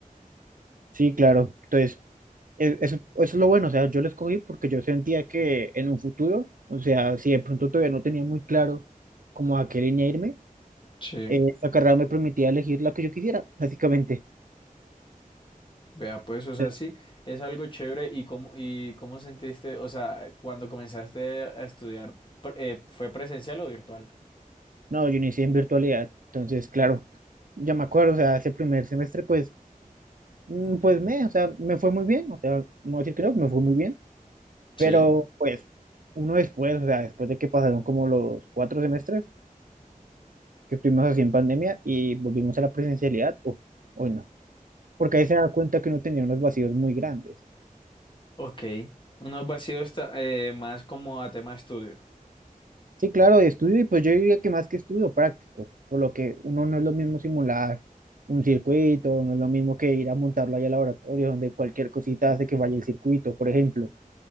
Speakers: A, on the right; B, on the left.
A: Sí, claro. Entonces, e- eso, eso es lo bueno. O sea, yo lo escogí porque yo sentía que en un futuro, o sea, si de pronto todavía no tenía muy claro como a qué línea irme
B: Sí.
A: eh, esta carrera me permitía elegir la que yo quisiera, básicamente.
B: Vea, pues, o sea,
A: Entonces,
B: sí, es algo chévere. ¿Y cómo, y cómo sentiste, o sea, cuando comenzaste a estudiar, pr- eh, fue presencial o virtual?
A: no, yo inicié en virtualidad, entonces, claro, ya me acuerdo, o sea, ese primer semestre, pues, mm, pues me, o sea, me fue muy bien, o sea, no voy a decir que no, me fue muy bien,
B: Sí,
A: pero pues uno después, o sea, después de que pasaron como los cuatro semestres que estuvimos así en pandemia y volvimos a la presencialidad, uf, hoy no, porque ahí se da cuenta que uno tenía unos vacíos muy grandes.
B: Ok, unos vacíos ta- eh, más como a tema estudio.
A: Sí, claro, de estudio, y pues yo diría que más que estudio, práctico, por lo que uno no es lo mismo simular un circuito, no es lo mismo que ir a montarlo allá al laboratorio, donde cualquier cosita hace que falle el circuito. Por ejemplo,